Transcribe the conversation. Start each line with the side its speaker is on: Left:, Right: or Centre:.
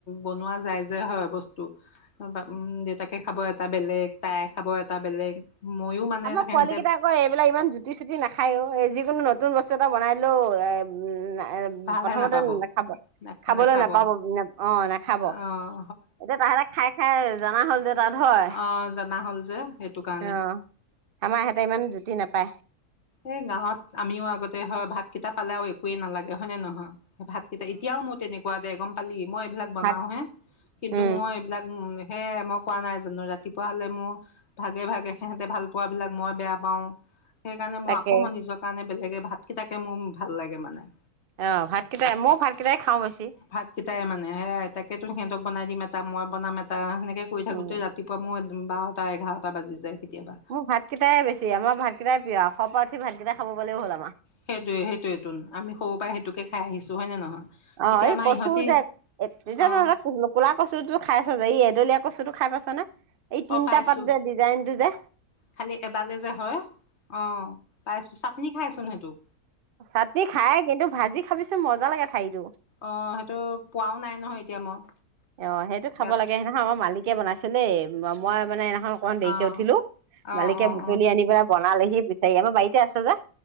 Left: বনোৱা যায় যে হয় বস্তু উ দেউতাকে খাব এটা বেলেগ তাই খাব এটা বেলেগ ময়ো মানে
Right: আমাৰ
Left: সিহঁতে
Right: পোৱালী কেইটা আকৌ এইবিলাক ইমান জুতি চুতি নাখায়ও এই যিকোনো নতু নতুন বস্তু এটা বনাই দিলেও এ উম এ
Left: ভালহে
Right: প্ৰথমতে
Left: নাপাব
Right: নাখাব
Left: নাখ
Right: খাবলৈ
Left: নাখাব
Right: নাপাব অ নাখাব
Left: আহ
Right: এতিয়া তাহলে খাই খাই জানা হ'ল তাত হয়।
Left: আহ জাননা হ'ল যে সেইটো কাৰণে
Right: অ' আমাৰ হঁতে ইমান জুতি নাপায়
Left: এ গাঁৱত আমিও আগতে হয় ভাত কেইটা পালেও একোৱে নালাগে হয়নে নহয় ভাতকেইটা এতিয়াও মই তেনেকুৱা দে একদম হান্দি মই এইবিলাক বনাও
Right: ভাত
Left: হে কিন্তু
Right: উম,
Left: মই এইবিলাক উ সে মই কোৱা নাই জানো ৰাতিপুৱা হ'লে মোৰ ভাগে ভাগে সিহঁতে ভাল পোৱ বিলাক মই বেয়া পাওঁ সেই কাৰণে মই
Right: তাকে
Left: আকৌ মই নিজৰ কাৰণে বেলেগে ভাত কেইটাকে মোৰ ভাল লাগে মানে
Right: অ ভাতকেইটাই মোৰ ভাতকেইটাই খাওঁ বেছি।
Left: ভাত কেইটাই মানে হে তাকেতো সিহঁত বনাই দিম এটা মই বনাম এটা সেনে কে কৰি থাকোতে
Right: উম।
Left: ৰাতিপুৱা মই- ম বাৰটা এঘাৰটা বাজি যায় কেতিয়াবা
Right: মোৰ ভাত কেইটাই বেছি আমাৰ ভাতকেইটাই প্ৰিয় <unintelligible> ভাল কেইটা খাব পালেও হ'ল আমা
Left: সেইটোয়ে সেইটোয়েতোন আমি সৰু পৰা সেইটোকে খাই আহিছো হয় নে নহয়
Right: অ
Left: এতিয়া
Right: এই
Left: আমাৰ
Right: কচু
Left: ইহঁতি
Right: যে তেতিয়া
Left: অঁ
Right: নহলে কলা কচু টো খাইছ যে এই এদলীয়া কচু টো খাই পাইছ নে এই তিনিটা
Left: অ পাইছো
Right: পাত যে ডিজাইনটো যে
Left: খালি এডালে যে হয় অ পাইছো নি খায়চোন সেইটোক
Right: চাটনি খায় কিন্তু ভাজি খ ভাবিছো মজা লাগে ঠাৰিটো।
Left: অ সেইটো পোৱাও নাই নহয় এতিয়া মই
Right: অ সেইটো খাব
Left: ইয়াত
Right: লাগে সে নহয় আমাৰ মালিক বনাইছিলেই মই মানে এ অকমান দেৰিকে
Left: অঁ
Right: উঠিলো
Left: অঁ
Right: মালিকে
Left: অঁ
Right: বুটলি
Left: অঁ
Right: আনি পেলা বনা মালহি বিচাৰি আমাৰ বাৰীতে আছে যে